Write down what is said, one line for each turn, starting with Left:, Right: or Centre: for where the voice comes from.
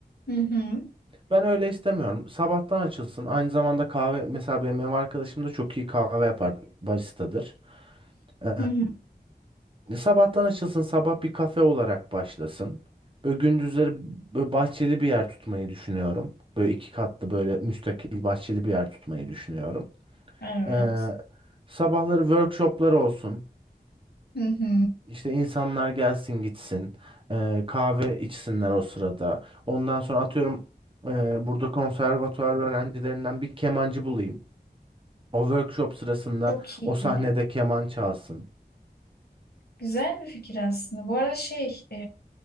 Left: Hı hı.
Right: Ben öyle istemiyorum. Sabahtan açılsın. Aynı zamanda kahve mesela benim ev arkadaşım da çok iyi kahve yapar. Baristadır. Ee,
Left: Hı hı.
Right: Ne sabahtan açılsın, sabah bir kafe olarak başlasın. Böyle gündüzleri böyle bahçeli bir yer tutmayı düşünüyorum. Böyle iki katlı böyle müstakil bahçeli bir yer tutmayı düşünüyorum.
Left: Evet.
Right: Ee, sabahları workshoplar olsun.
Left: Hı hı.
Right: İşte insanlar gelsin gitsin. Ee, kahve içsinler o sırada. Ondan sonra atıyorum e, burada konservatuvar öğrencilerinden bir kemancı bulayım. O workshop sırasında
Left: Çok iyi.
Right: o sahnede keman çalsın.
Left: Güzel bir fikir aslında. Bu arada şey, e,